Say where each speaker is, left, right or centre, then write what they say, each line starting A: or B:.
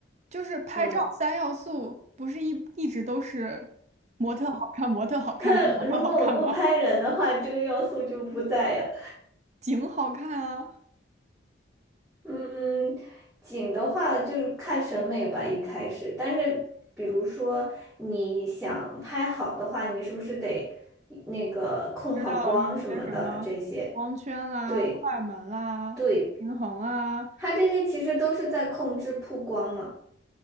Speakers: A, on the right; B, in the centre.
A: 就是拍照三要素不是一一直都是
B: 嗯，
A: 模特好看、模特好看跟模特好看吗？
B: 但如果我不拍人的话，这个要素就不在呀。
A: 景好看啊，
B: 嗯，景的话就是看审美吧，一开始。但是，比如说你想拍好的话，你是不是得那个控好光什么的这些？
A: 知道一些什么光圈啦、
B: 对
A: 快门啦、
B: 对。
A: 平衡啦。
B: 它这些其实都是在控制曝光嘛。